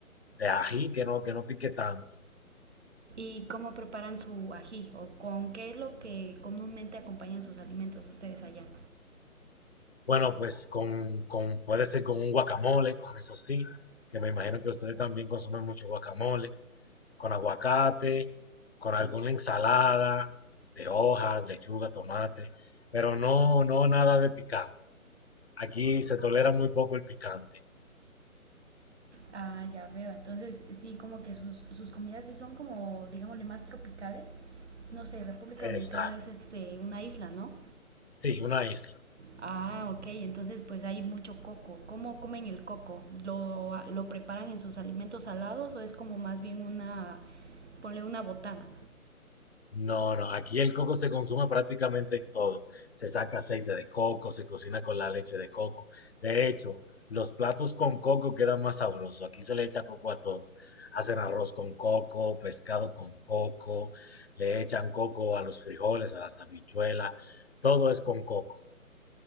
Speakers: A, on the left; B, on the right.
A: de ají que no, que no pique tanto.
B: ¿Y cómo preparan su ají o con qué es lo que comúnmente acompañan sus alimentos ustedes allá?
A: Bueno, pues con, con- puede ser con un guacamole, con eso sí, que me imagino que ustedes también consumen mucho guacamole, con aguacate, con alguna ensalada de hojas, lechuga, tomate, pero no, no nada de picante. Aquí se tolera muy poco el picante.
B: Ah, ya veo. Entonces, sí, como que sus, sus comidas sí son como, digámosle, más tropicales. No sé, República Dominicana
A: Exacto.
B: es este una isla, ¿no?
A: Sí, una isla.
B: Ah, ok, entonces pues hay mucho coco. ¿Cómo comen el coco? ¿Lo, ah, lo preparan en sus alimentos salados o es como más bien una, ponle una botana?
A: No, no, aquí el coco se consume prácticamente en todo. Se saca aceite de coco, se cocina con la leche de coco. De hecho, los platos con coco quedan más sabrosos. Aquí se le echa coco a todo. Hacen arroz con coco, pescado con coco, le echan coco a los frijoles, a las habichuelas. Todo es con coco.